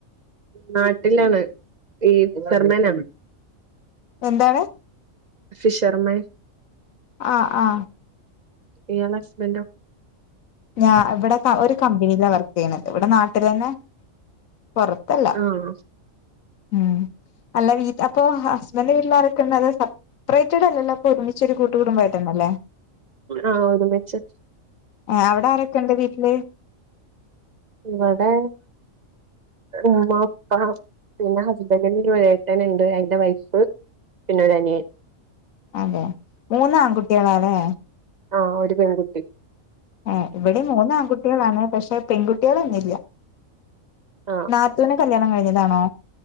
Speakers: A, on the right; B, on the left.
A: നാട്ടിലാണ് ഈ സെർമനാണ്
B: എന്താണ്
A: ഫിഷർമാൻ
B: ആ ആ
A: ഇയാളെ ഹസ്ബൻഡോ
B: ഞാ ഇവടെ ക ഒരു കമ്പനിയിലാ വർ ക്ക് ചെയ്യ്ണത് ഇവടെ നാട്ടിലന്നെ പൊർത്തല്ല
A: ആഹ്
B: ഉം അല്ല വീ അപ്പൊ ഹസ്ബൻഡ് വീട്ടില് ആരൊക്കെള്ളത് സ സപ്പറൈറ്റഡ് അല്ലല്ലോ ഒപ്പം ഒരുമിച്ച് ഒരു കൂട്ടു കുടുംബം ആയിട്ടന്ന അല്ലേ
A: ആ ഒരുമിച്ച്
B: ഏ അവടെ ആരൊക്കെ ഇണ്ട് വീട്ടില്
A: ഇവടെ ഉമ്മ ഉപ്പ പിന്നെ ഹസ്ബൻഡിന് ഒരേട്ടന്ണ്ട് അയിന്റെ വൈഫ് പിന്നെ ഒരനിയൻ
B: അതേ മൂന്ന് ആൺകുട്ടിഴളാ ലെ
A: ആ ഒരു പെൺകുട്ടി
B: ഏ ഇവടിം മൂന്ന് ആൺകുട്ടികളാണ് പക്ഷെ പെൺകുട്ടികളൊന്നില്ല
A: ആ
B: നാത്തൂന് കല്യാണം കഴിഞ്ഞതാണോ